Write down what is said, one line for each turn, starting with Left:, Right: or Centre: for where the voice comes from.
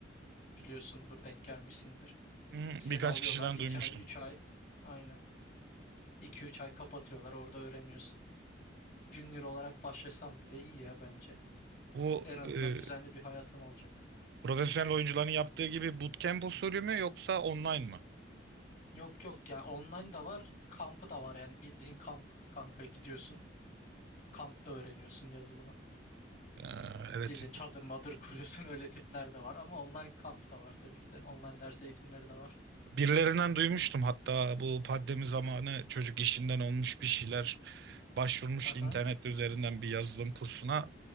Left: Biliyorsundur, denk gelmişsindir.
Right: Hı hı.
Left: Seni
Right: Birkaç
Left: alıyorlar
Right: kişiden
Left: 2
Right: duymuştum.
Left: ay 3 ay aynen iki üç ay kapatıyorlar orada öğreniyorsun. Junior olarak başlasam bile iyi ya bence.
Right: Bu
Left: En azından
Right: e,
Left: düzenli bir hayatım olacak.
Right: profesyonel oyuncuların yaptığı gibi bootcamp usulü mü yoksa online mı?
Left: Yok yok yani online da var, kampı da var yani bildiğin kamp kanka gidiyorsun. Kampta öğreniyorsun yazılımı.
Right: Ee, evet
Left: Bildiğin çadır madır kuruyorsun <laughs> öyle tipler de var ama online kamp da var tabii ki de. Online ders eğitimleri de var.
Right: Birilerinden duymuştum hatta bu pandemi zamanı çocuk işinden olmuş bir şeyler başvurmuş
Left: Aha,
Right: internet üzerinden bir yazılım kursuna